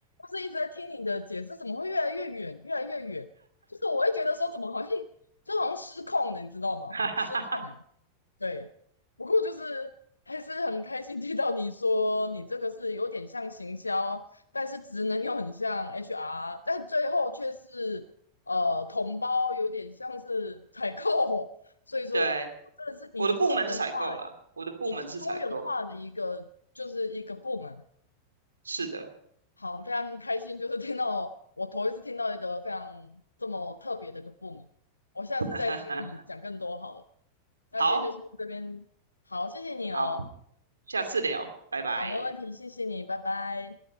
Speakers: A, on the left (about 80°); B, on the right (about 75°).
A: 是一直在听你的解释，怎么会越来越远，越来越远？就是我会觉得说怎么好像就好像失控了，你知道吗？
B: <laughs> 哈哈
A: 失控。对，不过就是还是很开心听到你说你这个是有点像行销，但是职能又很像 HR，但最后却是呃同胞有点像是采购，所以说真的是你是多元化，
B: 对，我的部门是采购啦，我的部门是采购，
A: 你多多元化的一个就是一个部门。
B: 是的，
A: 好，非常开心，就是听到我头一次听到一个非常这么特别的一个部门，我下次再听你讲更多好了。
B: <laughs>
A: 那今天就先这边，
B: 好
A: 好，谢谢你哦。
B: 好，下次聊，拜拜。
A: 好，没问题，谢谢你，拜拜。